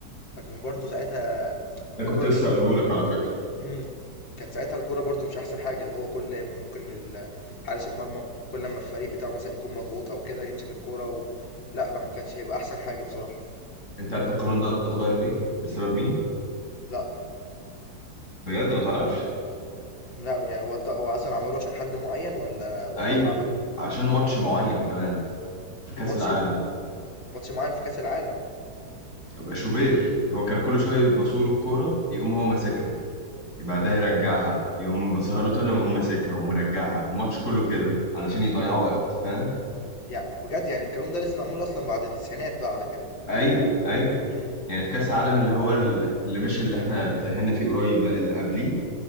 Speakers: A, on the left (about 90°); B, on the left (about 40°).
A: فكان برضه ساعتها
B: ده
A: الكوره
B: كنت لسه
A: كانت
B: هقوله لك على فكرة
A: امم كانت ساعتها الكوره برضو مش احسن حاجه اللي هو كل ممكن ال- حارس المرمى كل لما الفريق بتاعه مثلا يكون مضغوط او كده يمسك الكوره و... لا فما كانش هيبقى احسن حاجه بصراحه
B: انت عارف القانون ده اتغير ليه بسبب مين
A: لا
B: بجد ما تعرفش
A: لا يعني هو الط- هو اصلا عملوه عشان حد معين ولا ولا
B: ايوه
A: هم عملوا
B: عشان ماتش معين كمان في كاس
A: ماتش
B: العالم
A: ماتش معين في كاس العالم
B: يبقى شوبير هو كان كل شويه يبصوا له الكوره يقوم هو ماسكها يبقى ده يرجعها يقوم بصها له تاني ويقوم ماسكها ومرجعها الماتش كله كده علشان يضيعوا وقت فاهم
A: يعني بجد يعني القانون ده لسه معمول اصلا بعد التسعينات بقى على كده
B: ايوه ايوه
A: امم
B: يعني في كاس العالم اللي هو ال- اللي مش اللي احنا اتأهلنا فيه قريب لا اللي قبليه